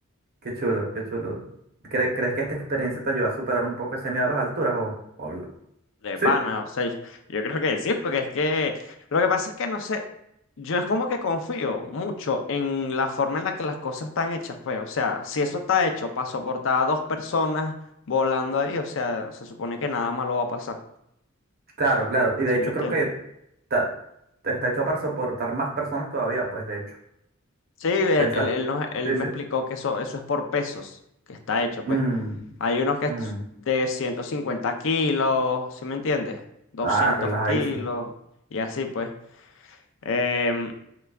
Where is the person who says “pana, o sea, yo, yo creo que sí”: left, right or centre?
Left